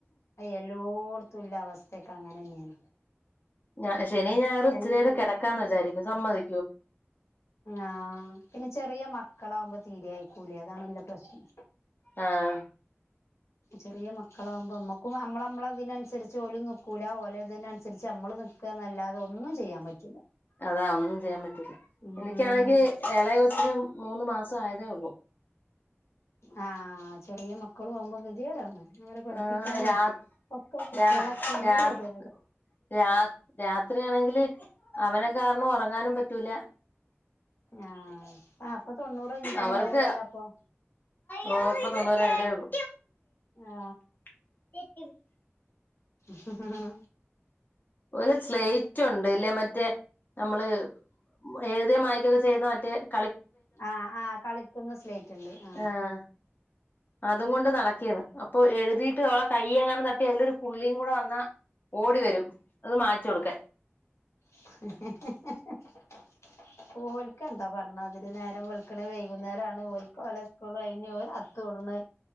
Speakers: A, on the left (about 85°); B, on the left (about 40°).
A: എല്ലോടത്തും ഉള്ള അവസ്ഥയൊക്കെ അങ്ങനെ തന്നെയാണ്
B: ഞാ ശനി ഞായറും ഇത്തിരി
A: എല്ലാ
B: നേരം കെടക്കാന്ന് വിചാരിക്കും. സമ്മതി
A: ആഹ് പിന്നെ ചെറിയ മക്കളാവുമ്പോ തീരെയക്കൂലേ അതാണല്ല പ്രശ്നം.
B: ആഹ്
A: ചെറിയ മക്കളാകുമ്പോ നമ്മക്കും നമ്മള നമ്മള അതിനനുസരിച്ച് ഓലും നക്കൂല ഓലെ ഇതിനനുസരിച്ച് നമ്മള് ന നല്ലാതെ ഒന്നും ചെയ്യാൻ പറ്റൂല.
B: അതാ ഒന്നും ചെയ്യാൻ പറ്റും റ്റുല
A: ഉം
B: എനിക്കാണെങ്കിൽ ഏളയ കൊച്ചിന് മൂന്ന് മാസ് ആയതേ ഉള്ളൂ
A: ആ ചെറിയ മക്കള് പോവുമ്പോ ഗതികേടാണ് അവരെ പഠിപ്പിക്കാനും
B: ആഹ് രാ
A: ഒക്കെ കുട്ടികളൊക്കെ
B: രാ
A: എന്റെ
B: രാ
A: ഒരു ഗതിയാണ്
B: രാ രാത്രിയാണെങ്കിൽ അവന- കാരണം ഉറങ്ങാനും പറ്റൂല
A: ആ ആ അപ്പൊ തൊണ്ണൂറ് കഴിഞ്ഞിട്ട്ണ്ടാവുള്ളുല്ല
B: അവർക്ക്
A: അപ്പൊ
B: ഓ ഇപ്പൊ തൊണ്ണൂറ് രണ്ടേ ഉള്ളൂ
A: ആ
B: <unintelligible>
A: ഹ ഹ
B: ഒരു സ്ലേറ്റ് ഉണ്ട് ഇല്ലേ മറ്റ- ത്തെ <unintelligible> നമ്മള് ഏത മക്കൊ <unintelligible> ക്കെ ചെയ്ത മ ത്തെ <unintelligible>
A: ആ ആ കളിക്കുന്ന സ്ലേറ്റ് ഉണ്ട് ആ
B: ആഹ് അതും കൊണ്ട് നടക്കിയാണ് അപ്പൊ എഴുതിട്ട് അവളെ കൈ എങ്ങാനും തട്ടി അതിലൊരു പുള്ളിയും കൂടെ വന്നാ ഓടി വരും അത് മായിച്ച് കൊടുക്കാൻ
A: <unintelligible> ഓല്‍ക്കെന്താ ത്തപറഞ്ഞ അവര് നേരം വെളിക്കണ വൈകുന്നേരം ആണ് ഓലിക്ക ഓല സ്കൂൾ കഴിഞ്ഞ് ഓല ഒത്ത്കൂടണ്